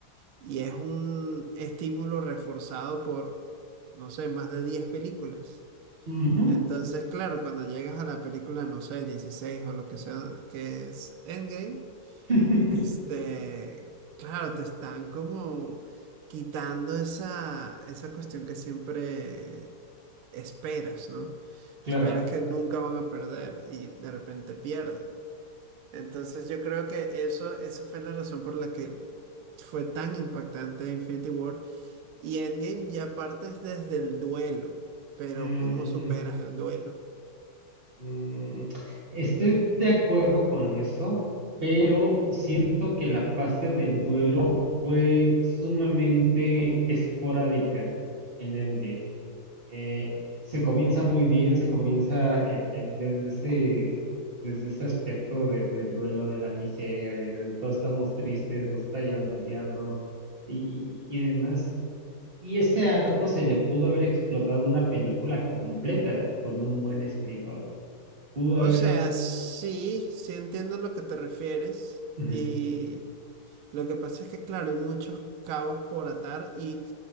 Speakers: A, on the right; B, on the right.
A: y es un estímulo reforzado por, no sé, más de 10 películas.
B: Ujú.
A: Entonces, claro, cuando llegas a la película, no sé, 16 o lo que sea, que es Endgame,
B: <laughs>
A: este, claro, te están como quitando esa, esa cuestión que siempre esperas, ¿no?
B: Claro.
A: Esperas que nunca van a perder y de repente pierden. Entonces yo creo que eso, esa fue la razón por la que fue tan impactante Infinity War. Y Endgame ya partes desde el duelo, pero
B: Ujú.
A: ¿cómo superas el duelo?
B: Mm, estoy de acuerdo con eso, pero siento que la fase del duelo fue sumamente esporádica en Endgame. Eh, se comienza muy bien, se comienza el- el- desde ese, desde ese aspecto de- del duelo, de la miseria, del todos estamos tristes, nos está llevando el diablo y, y y demás. Y ese arco se le pudo haber explotado una película completa con un buen escritor pudo
A: O
B: haber
A: sea, sí, sí entiendo a lo que te refieres.
B: Ujú,
A: y Lo que pasa es que, claro, hay muchos cabos por atar y